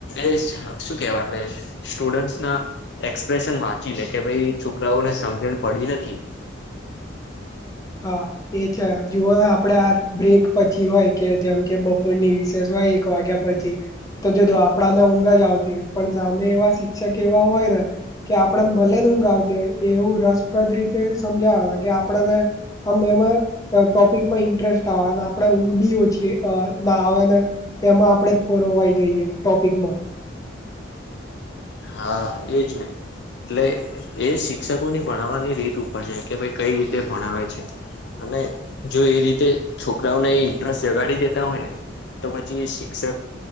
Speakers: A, on the left; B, on the left.
A: એ હ શું કેવાય આપડે સ્ટુડન્ટસ ના એક્સપ્રેશન વાંચી લે કે ભઈ છોકરાઓને સમજણ પડી નથી. <inaudible>
B: હા. એ છે જુઓ ને આપડે આ બ્રેક પછી હોય કે જેમ કે બપોરની રિસેસ હોય એક વાગ્યા પછી તો જો જો આપડાને ઊંઘ જ આવતી હોય પણ સામે એવા શિક્ષક એવા હોય ને કે આપણે ને ભલે ઊંઘ આવતી હોય એવું રસપ્રદ રીતે સમજાવે કે આપણેને આમ એમાં ટોપિકમાં ઇન્ટરેસ્ટ આવે અને આપણે ઊંઘ બી ઓછી અ ના આવે ને. એમાં આપડે પરવાય જઈએ ટોપિકમાં
A: હા એજ ને. એટલે એ શિક્ષકોની ભણાવવાની રીત ઉપર છે કે ભાઈ કઈ રીતે ભણાવે છે. અને જો એ રીતે છોકરાઓને ઇન્ટરેસ્ટ જગાડી દેતા હોય ને તો પછી એ શિક્ષક